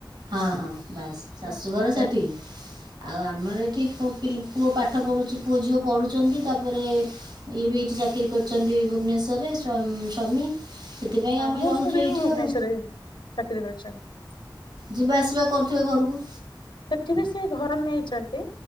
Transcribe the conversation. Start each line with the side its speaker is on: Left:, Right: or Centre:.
Right: ହଁ ହଁ। ବାସ୍ ଶାଶୁଘର
Left: ହଁ ହଁ
Right: ସେଠି
Left: ଯା
Right: ଆଉ ଆମର ଏ ଏଠି ପୁଅ ପିଲ୍ ପୁଅ ପାଠ ପଢ଼ୁଛି ପୁଅ ଝିଅ ପଢ଼ୁଛନ୍ତି ତାପରେ ଇଏ ବି ଏଇଠି ଚାକିରି କରିଛନ୍ତି ଭୁବନେଶ୍ୱରରେ ସ୍ୱାମ୍ ସ୍ୱାମୀ। ସେଥିପାଇଁ
Left: ହଁ
Right: ଆମେ
Left: ମୋ
Right: ରହୁଛୁ
Left: ସ୍ୱାମୀ
Right: ଏଇଠି
Left: ବି ଭୁବନେଶ୍ୱରରେ
Right: ଆଉ
Left: ଚାକିରି କରିଛନ୍ତି।
Right: ଯିବା ଆସିବା କରୁଥିବେ ଘରକୁ?
Left: ସେଠି ବି ସେ ଘର ନେଇଛନ୍ତି